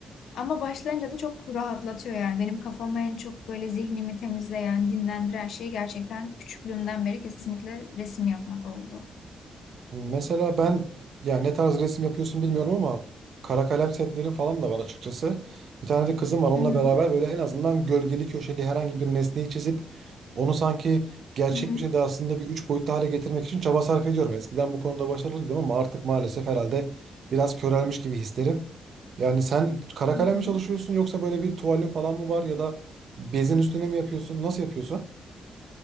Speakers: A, on the left; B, on the right.
A: Ama başlayınca da çok rahatlatıyor yani. Benim kafama en çok böyle zihnimi temizleyen, dinlendiren şey gerçekten küçüklüğümden beri kesinlikle resim yapmak oldu.
B: Mesela ben yani ne tarz resim yapıyorsun bilmiyorum ama kara kalem setleri falan da var açıkçası. Bir tane de kızım var onunla
A: Hı hı.
B: beraber böyle en azından gölgeli köşeli herhangi bir nesneyi çizip onu sanki gerçek
A: Hı hı.
B: bir şey de aslında bir üç boyutlu hale getirmek için çaba sarf ediyorum. Eskiden bu konuda başarılıydım ama artık maalesef herhalde biraz körelmiş gibi hislerim. Yani sen kara
A: Hı
B: kalem
A: hı.
B: mi çalışıyorsun yoksa böyle bir tuvalin falan mı var ya da bezin üstüne mi yapıyorsun? Nasıl yapıyorsun?